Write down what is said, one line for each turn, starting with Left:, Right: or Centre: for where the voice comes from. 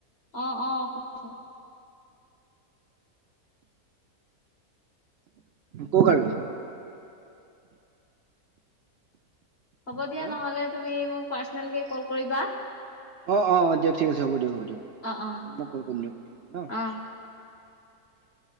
Left: অ', অ', শুনিছো।
Right: কওঁক আৰু।
Left: হ'ব দিয়া
Right: হেল্ল'
Left: নহ'লে তুমি মোক পাৰ্চনেলকে কল কৰিবা।
Right: অ', অ', দিয়ক ঠিক আছে হ'ব দিয়ক -হ'ব দিয়ক
Left: অ অ
Right: মই আপোনাক কল কৰিম দিয়ক ঠিক আছে নহ'।
Left: অ
Right: <inaudible>